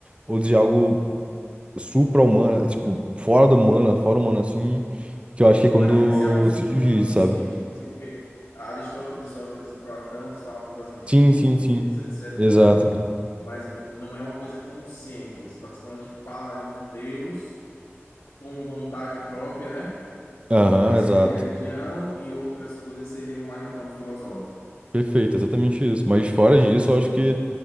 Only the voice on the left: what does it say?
Mas tem que ser algo supra-humano
consciente,
tipo assim, porque Aristóteles, Sócrates e Platão, eles falavam das virtudes,
etc
e tal. Mas vo- não é uma coisa consciente. Você fala, assim, quando a gente fala de um Deus com vontade própria, né?
Aí seria
religião e outras coisas seriam mais no campo filosófico.